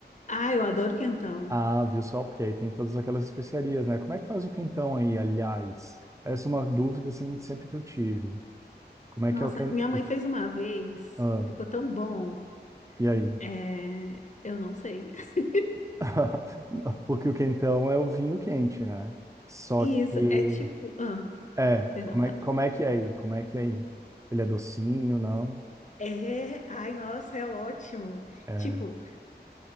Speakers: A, on the left (about 45°); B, on the right (about 15°).
A: Ah, eu adoro quentão.
B: Ah, viu só? Porque aí tem todas aquelas especiarias, né? Como é que faz o quentão aí, aliás? Essa é uma dúvida, assim, sempre que eu tive. Como é
A: Nossa,
B: que é o quentão?
A: minha mãe fez uma vez,
B: Ah,
A: ficou tão bom.
B: e aí?
A: É, eu não sei. <laughs>
B: <laughs> Porque o quentão é o vinho quente, né? Só
A: Isso,
B: que...
A: é tipo. Ah,
B: É,
A: perdão,
B: como
A: fala.
B: é, como é que é aí? Como é que é aí? Ele é docinho, não?
A: É, ai, nossa, é ótimo.
B: É.
A: Tipo,
B: <laughs>